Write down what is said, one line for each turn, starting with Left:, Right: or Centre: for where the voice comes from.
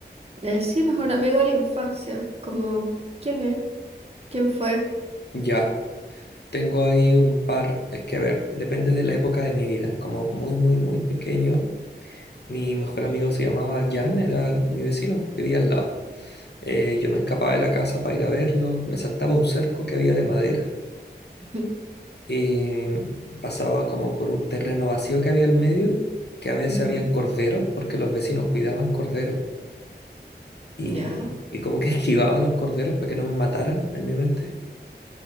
Right: Eh, sí, mejor amigo de la infancia, como, ¿quién es? ¿Quién fue?
Left: Ya, tengo ahí un par, es que a ver, depende de la época de mi vida. Como muy, muy, muy pequeño, mi mejor amigo se llamaba Jan, era mi vecino, vivía al lado. Eh, yo me escapaba de la casa para ir a verlo, me saltaba un cerco que había de madera,
Right: <laughs>
Left: y pasaba como por un terreno vacío que había al medio, que a veces
Right: Ujú,
Left: habían corderos, porque los vecinos cuidaban corderos, y,
Right: Ya.
Left: y como que <laughs> esquivaba a los corderos para que no me mataran en mi mente,